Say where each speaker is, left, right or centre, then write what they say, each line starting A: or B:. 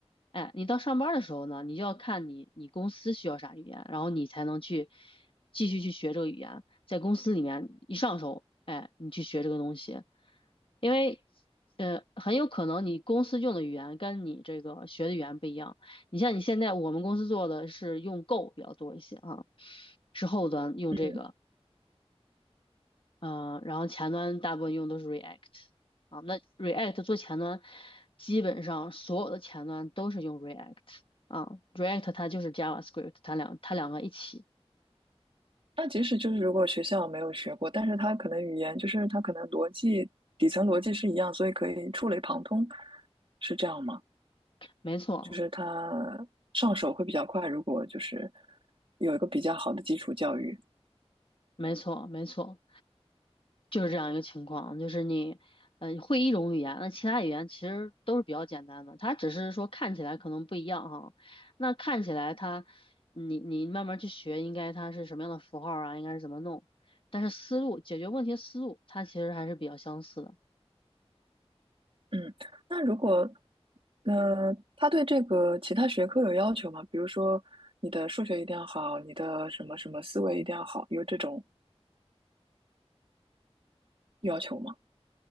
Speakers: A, on the left; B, on the right.
A: 哎，你到上班儿的时候呢，你就要看你你公司需要啥语言，然后你才能去继续去学这个语言，在公司里面一上手，哎，你去学这个东西，因为呃，很有可能你公司用的语言跟你这个学的语言不一样。你像你现在我们公司做的是用 Go 比较多一些啊，是后端用这个，
B: 嗯
A: 呃，然后前端大部分用都是 React 啊。那 React 做前端，基本上所有的前端都是用 React 啊，React 它就是 JavaScript，它两它两个一起，
B: 那即使就是如果学校没有学过，但是他可能语言就是他可能逻辑底层逻辑是一样，所以可以触类旁通，是这样吗？
A: 没错。
B: 就是他上手会比较快，如果就是有一个比较好的基础教育。
A: 没错，没错，就是这样一个情况，就是你，嗯、会一种语言，那其他语言其实都是比较简单的，它只是说看起来可能不一样哈。那看起来它，你你慢慢去学，应该它是什么样的符号啊，应该是怎么弄，但是思路解决问题思路，它其实还是比较相似的。
B: 嗯，那如果呃他对这个其他学科有要求吗？比如说你的数学一定要好，你的什么什么思维一定要好，有这种要求吗？